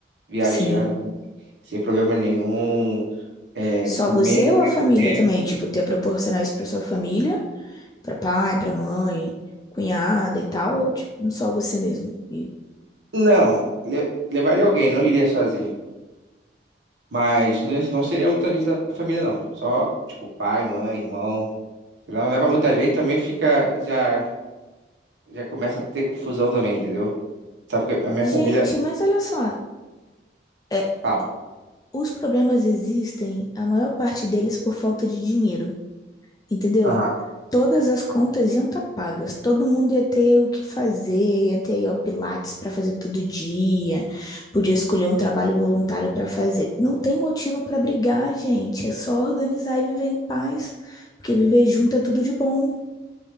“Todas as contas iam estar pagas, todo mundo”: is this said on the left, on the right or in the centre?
Left